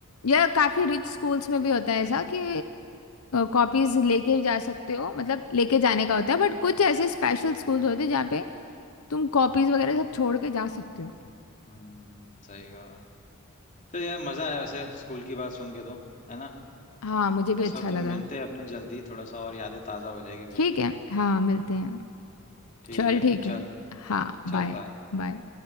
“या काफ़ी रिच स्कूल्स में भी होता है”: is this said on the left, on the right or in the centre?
Left